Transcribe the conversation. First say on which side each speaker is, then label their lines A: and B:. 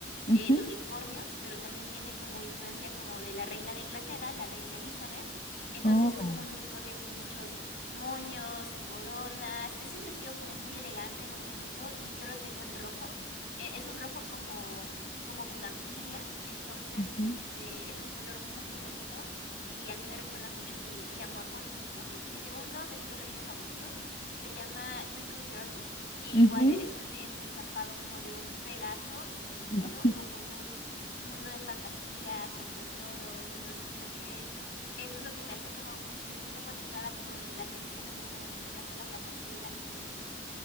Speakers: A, on the left; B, on the left.
A: Ujú.
B: eh, de unicornios, pero también tiene como influencia como de la reina de Inglaterra, la reina Elizabeth. Entonces
A: Oh.
B: es como un unicornio con muchos moños y coronas. Es un vestido como muy elegante, muy bonito y yo lo tengo en rojo. Eh, es un rojo como como bugambilia. Entonces,
A: ujú,
B: este es un color muy, muy bonito y a mí me recuerda mucho mi, mi amor por los unicornios. Mi segundo vestido Lolita favorito se llama Twinkle Journey y
A: ujú,
B: igual es un en- estampado como de un Pegaso y su hijito,
A: ujú.
B: como en un mundo de fantasía con tesoros. Entonces, creo que eso es lo que me hace como sentirme conectada con las cosas que me gustan, en este caso la fantasía y la mitología.